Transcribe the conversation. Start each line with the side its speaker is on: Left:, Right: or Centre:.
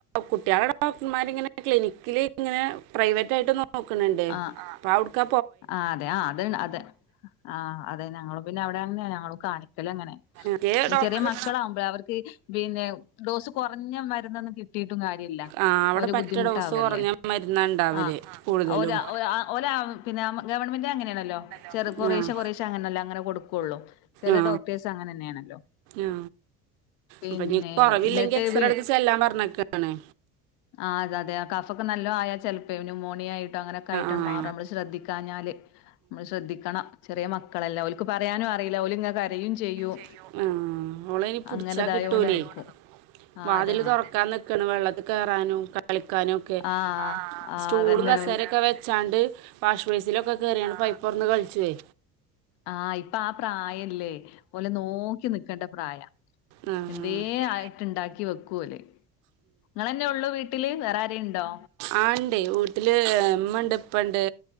Right: കുട്ടികളെ ഡോക്ടർ ഞാനിങ്ങനെ ക്ലിനിക്കില് ഇങ്ങനെ പ്രൈവറ്റായി നോക്കുന്നുണ്ട്
Left: ആഹ്
Right: അപ്പൊൾ അവൾക്ക്
Left: ആ അതെ ആ അത് അതെ ആ അതെ ഞങ്ങൾ പിന്നെ അവിടെ അങ്ങനെയ ഞങ്ങൾ കാണിക്കും അങ്ങനെ
Right: മറ്റേ ഡോക്ടർ
Left: ചെറിയ മക്കളാവുമ്പോഴ അവർക്ക് പിന്നെ ഡോസ് കുറഞ്ഞ മരുന്നൊന്നും കിട്ടിട്ടും കാര്യയില്ല
Right: ആ അവിടെ
Left: അവര്
Right: പറ്റ
Left: ബുദ്ധിമുട്ടാവല്ലേ
Right: ഡോസ് കുറഞ്ഞ മരുന്നാ ഉണ്ടാവല്
Left: ആ
Right: കൂടുതലും
Left: ഒരാ ഒരാ ഒരാ പിന്നെ ഗവൺമെന്റ് അങ്ങനെയാണല്ലോ
Right: ആ
Left: ചെറു കൊറേശ കൊറേശ അങ്ങനല്ലോ അങ്ങനെ കൊടുക്കയുള്ളൂ ചില
Right: ആ
Left: ഡോക്ടർസ് അങ്ങനെ തന്നെയാണല്ലോ
Right: ആ
Left: പിന്നെ
Right: അപ്പൊ നീ കൊറവില്ലെങ്കി
Left: എന്നിട്ട്
Right: എക്സറേ എടുത്ത് ചെല്ലാൻ പറഞ്ഞക്കണേ
Left: ആ അത അതെ കഫ ഒക്കെ നല്ലതയാ ചിലപ്പോ ഇന് മോണിയ ആയിട്ടോ അങ്ങനെക്കെയിട്ടാണ്
Right: ആയിട്ടൊക്കെ
Left: മാറും നമ്മ ശ്രദ്ധിക്ക ഞ്ഞാല് നമ്മള് ശ്രദ്ധിക്ക ണം ചെറിയ മക്കളല്ല ഓള്ക്ക് പറയാനും അറിയില്ല ഓള് ഇങ്ങ കരയും ചെയ്യും
Right: ചെയ്യും ഓളയ്ന് പുടിച്ചാ
Left: അങ്ങനെതായൊണ്ട്
Right: കിട്ടൂലേ
Left: നിക്കും ആഹ്
Right: വാതില്
Left: അതന്നെ
Right: തുറക്കാൻ നക്കണ വെള്ളത്തി കയറാനും കളിക്കാനും ഒക്കെ
Left: ആഹ് ആഹ്
Right: സ്റ്റൂ
Left: അതന്നെ
Right: കസേരൊക്കെ വെച്ചാണ്ട് വാഷ് ബേസിലൊക്കെ കയറിയാണ് പൈപ്പ്റന്ന് കളിച്ചുവേ
Left: ആ ഇപ്പൊ ആ പ്രായല്ലേ പോലെ നോക്കി നിക്കണ്ട പ്രായ
Right: വെറുതെ
Left: എന്തേ ആയിട്ട്ുണ്ടാക്കി വെക്കൂലെ നിങ്ങളന്നെ ഉള്ളു വീട്ടില് വേറെ ആരെയുണ്ടോ
Right: ആ ഉണ്ട്േ വീട്ടില് ഉമ്മണ്ട് ഇപ്പണ്ട്